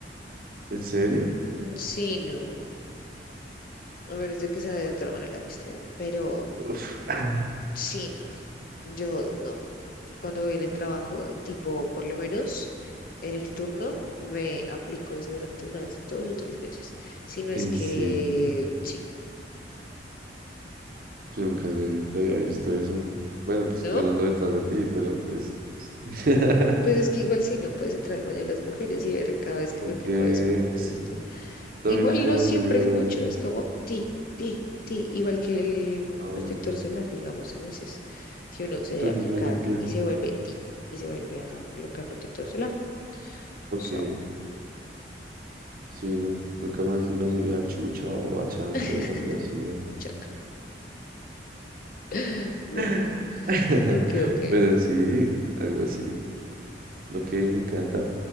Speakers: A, on the right; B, on the left.
A: ¿En serio?
B: Mm, Sí, no. A menos de que sea de otra manera, ¿viste? Pero
A: Uf, <clears throat> ay,
B: sí, no. Yo no. Cuando voy en el trabajo, tipo, por lo menos en el turno, me aplico eso durante unas dos o tres veces. Si no es
A: ¿en
B: que
A: serio?
B: sí,
A: Yo nunca había había visto eso. Bueno, pues
B: ¿no?
A: que yo no ando detrás de ti, pero pues... <laughs>
B: Pues es que igual sí, no puedes entrar al baño de las mujeres y ver cada vez que
A: Ok,
B: me aplico desodorante,
A: sí.
B: ¿viste?
A: A
B: Igual
A: mí nunca
B: no
A: me
B: siempre
A: ha salido
B: es mucho,
A: feo.
B: es como ti, ti, ti, igual que el
A: No,
B: protector solar, digamos, a veces, que uno se debe
A: tú eres
B: aplicar
A: muy limpia.
B: y se vuelve ti y se vuelve a colocar protector solar.
A: Ok.
B: So,
A: Sí, no, nunca más me ha salido a chucha o a chancro
B: <laughs>
A: o algo así, ¿no?
B: chakra. <laughs> Boludo.
A: <laughs>
B: Ok, ok.
A: Pero sí, algo así. Ok, me encanta.